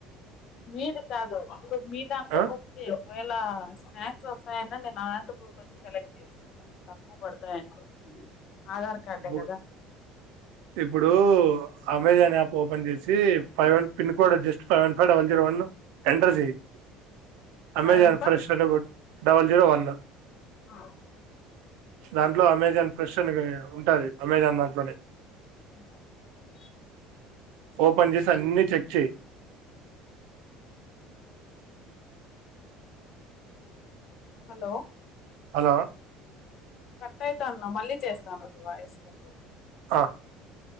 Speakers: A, on the left; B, on the right.
A: మీది కాదు ఇప్పుడు మీ దాంట్లో
B: ఆ
A: బుక్తి ఒకవేలా స్నాక్స్ వస్త నేను అనంతపూర్కి వచ్చి కలెక్ట్ చేసుకుంటాను తక్కువ పడతాయింట ఆధార్ కార్డే
B: ఇప్పుడు
A: కదా
B: ఇప్పుడు అమె యాప్ ఓపెన్ చేసి five one pin code just five one five double zero one enter చెయయిి
A: <inaudible>
B: Amazon
A: five one five
B: first double zero one
A: <inaudible>
B: దాంట్లో అమెజాన్ ఫ్రెష్ అని ఉంటుది అమెజాన్ దాంట్లోనే
A: <inaudible>
B: ఫో పం చేెస్ అన్ని చెక్ చెయయి
A: <inaudible>
B: <inaudible>
A: హలో
B: హలో
A: కరట్ అవుతాన్న మళ్ళీ చేస్తాను వాయిస్ కట్ అవుతుాంది
B: <inaudible>